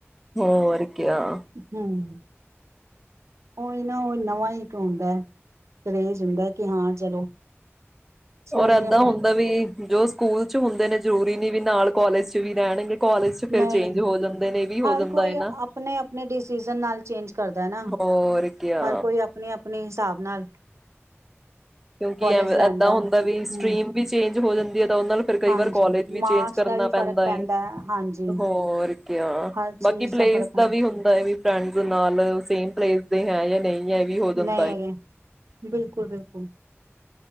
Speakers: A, in the centre; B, on the right.
A: ਹੋਰ ਕਿਆ।
B: ਹੂੰ ਉਹੀ ਨਾ ਉਹ ਨਵਾਂ ਹੀ ਇੱਕ ਹੁੰਦਾ ਕਰੇਜ਼ ਹੁੰਦਾ ਹੈ ਕਿ ਹਾਂ ਚਲੋ ਸਕੂਲ
A: ਔਰ ਏਦਾਂ
B: ਦੀਆਂ ਫਰੈਂਡ
A: ਹੁੰਦਾ ਵੀ ਜੋ ਸਕੂਲ ਚ ਹੁੰਦੇ ਨੇ ਜ਼ਰੂਰੀ ਨੀ ਵੀ ਨਾਲ ਕੋਲਜ ਚ ਵੀ ਰਹਿਣਗੇ। ਕਾਲਜ ਚ ਫਿਰ
B: ਨਹੀਂ
A: ਚੇਂਜ ਹੋ ਜਾਂਦੇ ਨੇ ਇਹ ਵੀ ਹੋ
B: ਹਰ
A: ਜਾਂਦਾ
B: ਕੋਈ
A: ਹੈ ਨਾ
B: ਆਪਣੇ ਆਪਣੇ ਡਿਸੀਜ਼ਨ ਨਾਲ ਚੇਂਜ ਕਰਦਾ ਨਾ।
A: ਹੋਰ ਕਿਆ
B: ਹਰ ਕੋਈ ਆਪਣੀ ਆਪਣੀ ਹਿਸਾਬ ਨਾਲ
A: ਕਿਉਂਕਿ
B: ਕੋਲਜ
A: ਐ
B: ਲੈਂਦਾ
A: ਏਦਾਂ ਹੁੰਦਾ
B: ਹੂੰ
A: ਵੀ ਸਟ੍ਰਰੀਮ ਵੀ ਚੇਂਜ ਹੋ ਜਾਂਦੀ ਹੈ ਤਾਂ ਉਹਦੇ ਨਾਲ ਫਿਰ ਕਈ
B: ਹਾਂਜੀ
A: ਵਾਰ ਕਾਲਜ ਵੀ
B: ਮਾਰਕਸ
A: ਚੇਂਜ ਕਰਨਾ
B: ਦਾ ਵੀ ਫ਼ਰਕ
A: ਪੈਂਦਾ ਏ।
B: ਹਾਂਜੀ
A: ਹੋਰ ਕਿਆ
B: ਹਰ ਚੀਜ਼
A: ਬਾਕੀ ਪਲੇਸ
B: ਫ਼ਰਕ ਪੈਂਦਾ
A: ਦਾ ਵੀ ਹੁੰਦਾ ਹੈ ਵੀ ਫਰੈਂਡਜ ਨਾਲ ਸੇਮ। ਪਲੇਸ ਦੇ ਹੈ ਜਾਂ ਨਹੀਂ। ਹੈ ਇਹ ਵੀ ਹੋ ਜਾਂਦਾ
B: ਨਹੀਂ ਹੈਗੇ
A: ਹੈ
B: ਬਿਲਕੁਲ ਬਿਲਕੁਲ।